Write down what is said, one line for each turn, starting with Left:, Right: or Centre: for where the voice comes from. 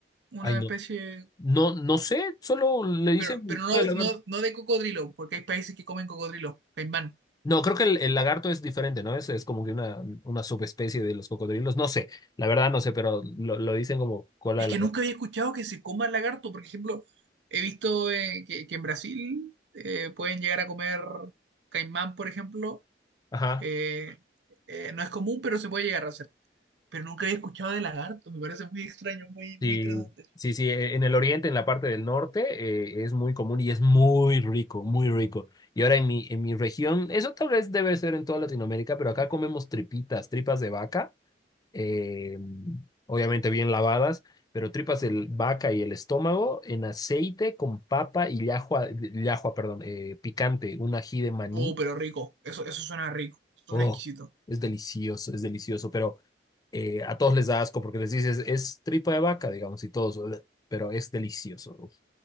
Right: ¿Una
Left: ay, no,
Right: especie
Left: no, no sé, solo le dicen
Right: pero, pero no,
Left: cola
Right: de-
Left: de lagarto.
Right: no, no de cocodrilo, porque hay países que comen cocodrilo, caimán.
Left: No, creo que el, el lagarto es diferente, ¿no? Es, es como que una, una subespecie de los cocodrilos. No sé, la verdad no sé, pero lo, lo dicen como cola
Right: Es
Left: de lagarto.
Right: que nunca había escuchado que se coma lagarto. Por ejemplo, he visto eh, que, que en Brasil eh, pueden llegar a comer caimán, por ejemplo.
Left: Ajá.
Right: Eh, eh, no es común, pero se puede llegar a hacer. Pero nunca había escuchado de lagarto. Me parece muy extraño, muy,
Left: Sí,
Right: muy interesante.
Left: sí, sí, eh, en el oriente, en la parte del norte, eh, es muy común y es muy rico, muy rico. Y ahora en mi, en mi región, eso tal vez debe ser en toda Latinoamérica, pero acá comemos tripitas, tripas de vaca, eh, obviamente bien lavadas, pero tripas de vaca y el estómago en aceite con papa y llajua, llajua, perdón, eh, picante, un ají de maní.
Right: Oh, pero rico. Eso, eso suena rico. Suena
Left: Oh,
Right: exquisito.
Left: es delicioso, es delicioso, pero eh, a todos les da asco porque les dices, es tripa de vaca, digamos, y todos, "Ugh", pero es delicioso, uf,